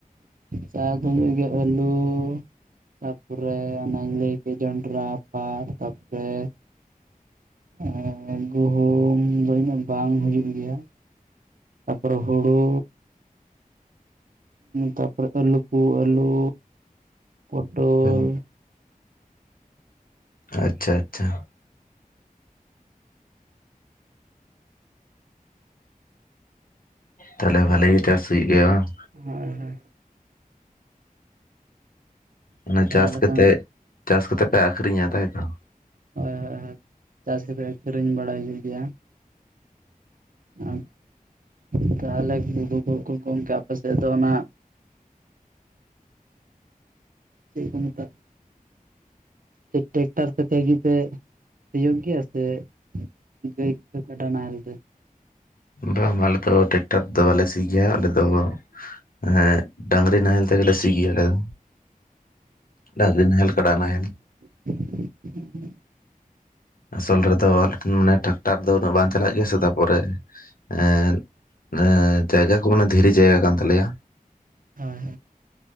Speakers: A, on the right; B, on the left.
A: ᱪᱟᱥ ᱫᱚ ᱦᱩᱭᱩᱜ ᱜᱮᱭᱟ ᱟᱹᱞᱩ ᱛᱟᱯᱚᱨᱮ ᱚᱱᱟ ᱞᱟᱹᱭ ‌ᱯᱮ ᱡᱚᱱᱰᱨᱟ <unintelligible> ᱛᱟᱯᱚᱨᱮ ᱮᱸ ᱜᱩᱦᱩᱢ ᱫᱚ ᱩᱱᱟᱹᱜ ᱵᱟᱝ ᱦᱩᱭᱩᱜ ᱜᱮᱭᱟ, ᱛᱟᱯᱚᱨᱮ ᱦᱩᱲᱩ, ᱛᱟᱯᱚᱨᱮ ᱟᱹᱞᱩ ᱠᱚ ᱟᱹᱞᱩ, ᱯᱚᱴᱚᱞ᱾
B: ᱦᱩᱸ ᱟᱪᱪᱷᱟ ᱟᱪᱪᱷᱟ᱾ ᱛᱟᱦᱚᱞᱮ ᱵᱷᱟᱞᱤ ᱜᱮ ᱪᱟᱥ ᱦᱩᱭᱩᱜ ᱜᱮᱭᱟ ᱵᱟᱝ?
A: ᱦᱳᱭ ᱦᱳᱭ᱾
B: ᱚᱱᱟ
A: ᱛᱟᱦᱚᱞᱮ
B: ᱪᱟᱥ ᱠᱟᱛᱮᱜ,
A: ᱠᱷᱟᱱ
B: ᱪᱟᱥ ᱠᱟᱛᱮ ᱯᱮ ᱟᱠᱷᱨᱤᱧᱟ ᱛᱟᱭᱛᱚ?
A: ᱦᱳᱭ ᱦᱳᱭ ᱦᱳᱭ, ᱪᱟᱥ ᱠᱟᱛᱮ ᱟᱹᱠᱷᱨᱤᱧ ᱵᱟᱲᱟ ᱦᱩᱭᱩᱜ ᱜᱮᱭᱟ᱾ <unintelligible> ᱛᱟᱦᱚᱞᱮ ᱜᱩᱰᱩ ᱠᱚᱠᱚ ᱜᱚᱝᱠᱮ ᱟᱯᱮ ᱥᱮᱫ ᱫᱚ ᱚᱱᱟ, ᱪᱮᱫ ᱠᱚ ᱢᱮᱛᱟᱜ, ᱪᱮᱜ ᱴᱮᱠᱴᱟᱨ ᱛᱮ ᱯᱮ ᱜᱮ ᱯᱮ ᱥᱩᱣᱳᱜᱽ ᱜᱮᱭᱟ ᱥᱮ, ᱜᱟᱹᱭ ᱠᱚ ᱜᱟᱰᱟ ᱱᱟᱦᱮᱞ ᱛᱮ?
B: ᱵᱟᱝ ᱵᱟᱝ ᱟᱞᱮ ᱫᱚ ᱴᱮᱠᱴᱟᱨ ᱛᱮᱫᱚ ᱵᱟᱞᱮ ᱥᱤ ᱜᱮᱭᱟ ᱟᱞᱮ ᱫᱚ <unintelligible> ᱰᱟᱝᱨᱤ ᱱᱟᱦᱮᱞ ᱛᱮᱜᱮᱞᱮ ᱥᱤ ᱜᱮᱭᱟ ᱟᱞᱮ ᱫᱚ᱾ ᱰᱟᱝᱨᱤ ᱱᱟᱦᱮᱞ ᱠᱟᱰᱟ ᱱᱟᱦᱮᱞ᱾
A: <inaudible>
B: ᱟᱥᱚᱞ ᱨᱮᱫᱚ ᱟᱞᱮ ᱴᱷᱮᱱ ᱢᱟᱱᱮ ᱴᱨᱟᱠᱴᱟᱨ ᱫᱚ ᱩᱱᱟᱹᱜ ᱵᱟᱝ ᱪᱟᱞᱟᱜ ᱜᱮᱭᱟ ᱥᱮ ᱛᱟᱨᱯᱚᱨᱮ ᱮᱸᱜ, <unintelligible> ᱡᱟᱭᱜᱟ ᱠᱚ ᱢᱟᱱᱮ ᱫᱷᱤᱨᱤ ᱡᱟᱭᱜᱟ ᱠᱟᱱ ᱛᱟᱞᱮᱭᱟ,
A: ᱦᱳᱭ ᱦᱳᱭ